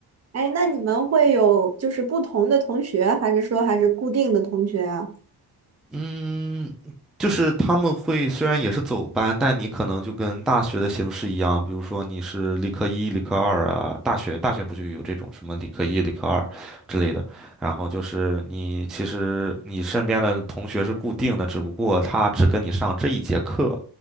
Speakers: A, on the right; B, in the centre.
A: 哎，那你们会有就是不同的同学，还是说还是固定的同学啊？
B: 嗯，就是他们会虽然也是走班，但你可能就跟大学的形式一样，比如说你是理科一、理科二啊，大学大学不就有这种什么理科一、理科二之类的，然后就是你其实你身边的同学是固定的，只不过他只跟你上这一节课，